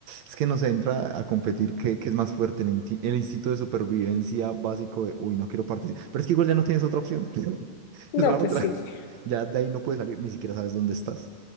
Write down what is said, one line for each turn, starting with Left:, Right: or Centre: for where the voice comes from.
Right: Es que no sé, entra a competir qué, qué es más fuerte, el, inti- el instinto de supervivencia básico de, uy, no quiero participar. Pero es que igual ya no tienes otra opción. <laughs>
Left: No,
Right: Es la otra.
Left: pues sí.
Right: Ya de ahí no puedes salir, ni siquiera sabes dónde estás.